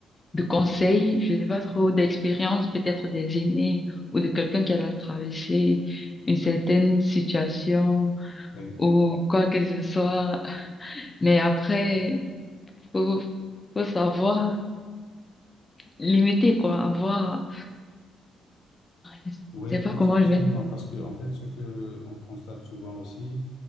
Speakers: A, on the left; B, on the left.
A: de conseils, je sais pas trop, d'expérience, peut-être des aînés ou de quelqu'un qui a traversé une certaine situation.
B: oui,
A: ou quoi que ce soit. Mais après, faut, faut savoir limiter, quoi, avoir, je
B: oui,
A: sais pas
B: abso-
A: comment
B: absolument.
A: je vais dire.
B: Parce que, en fait, ce que on constate souvent aussi,